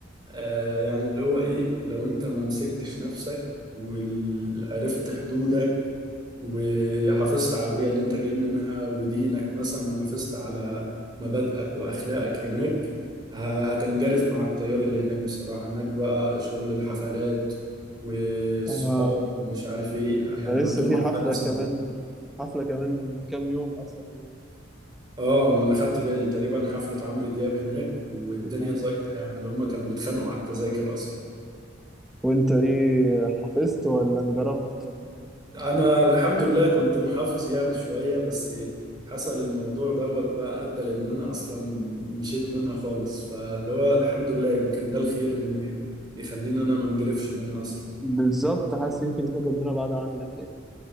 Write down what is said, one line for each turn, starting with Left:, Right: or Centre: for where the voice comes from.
Right: آه، يعني اللي هو ايه لو انت ما مسكتش نفسك وعرفت حدودك وحافظت على البيئة اللي انت جاي منها ودينك مثلا وحافظت على مبادئك وأخلاقك هناك ه- هتنجرف مع التيار اللي هناك بصراحة هناك بقى شغل الحفلات والصحاب
Centre: آه
Right: ومش عارف ايه
Centre: ده
Right: يعني
Centre: لسه
Right: عندهم
Centre: في حفلة
Right: حاجة صعبة
Centre: كمان حفلة كمان كام يوم أصلا
Right: اه ما انا خدت بالي تقريبا حفلة عمرو دياب هناك والدنيا
Centre: يعني
Right: زيطة يعني اللي هم كانوا بيتخانقوا على التذاكر اصلا
Centre: وأنت إيه حفظت ولا انجرفت ولا إيه؟
Right: انا الحمد لله كنت محافظ يعني شوية بس حصل الموضوع دوت بقى ادى لان انا اصلا مشيت منها خالص فاللي هو الحمد لله يمكن ده الخير ان يخليني انا ما انجرفش منها اصلا
Centre: بالظبط حاسس يمكن يكون ربنا بعد عنك يعني